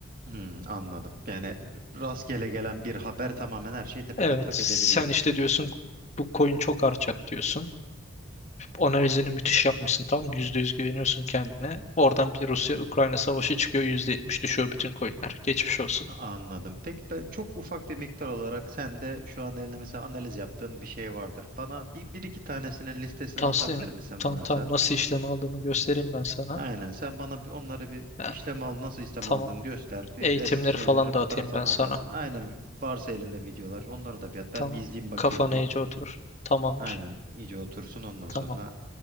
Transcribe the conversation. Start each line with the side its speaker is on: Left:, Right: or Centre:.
Right: Hmm, anladım. Yani e, rastgele gelen bir haber tamamen her şeyi tepetaklak
Left: Evet sen
Right: edebiliyor.
Left: işte diyorsun bu coin çok artacak diyorsun. Analizini müthiş yapmışsın tam %100 güveniyorsun kendine. Oradan bir Rusya-Ukrayna savaşı çıkıyor %70 düşüyor bütün coinler. Geçmiş olsun.
Right: Anladım. Peki ben çok ufak bir miktar olarak sen de şu an elinde mesela analiz yaptığın bir şey vardır. Bana bir, bir iki tanesinin listesini
Left: Taslim
Right: atabilir misin
Left: tam
Right: varsa?
Left: tam nasıl işlem aldığımı göstereyim ben sana.
Right: Aynen. Sen bana bir onları bir
Left: Ya,
Right: işlem al nasıl işlem
Left: tamam.
Right: aldığını göster. Bir
Left: Eğitimleri
Right: res şeylerini
Left: falan da
Right: fotoğraflarını
Left: atayım ben sana.
Right: atarsın. Aynen bir- varsa elinde videolar onları da bir at.
Left: Tamam.
Right: Ben bir izleyeyim bakayım
Left: Kafana
Right: bir.
Left: iyice oturur. Tamamdır.
Right: Aynen iyice otursun ondan
Left: Tamam.
Right: sonra